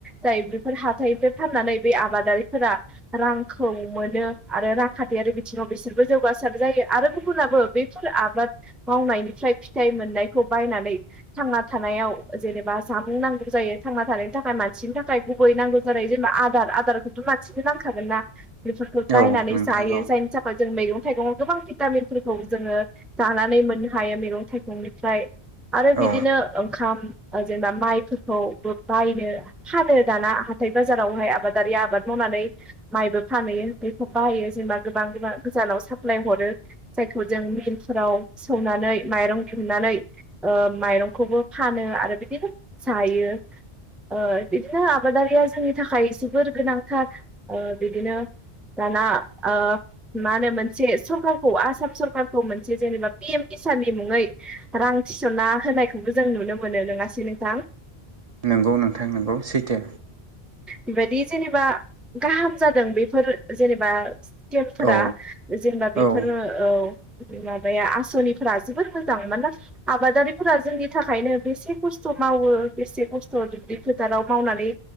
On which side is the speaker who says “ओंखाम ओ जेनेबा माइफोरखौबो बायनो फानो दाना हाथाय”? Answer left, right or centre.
Centre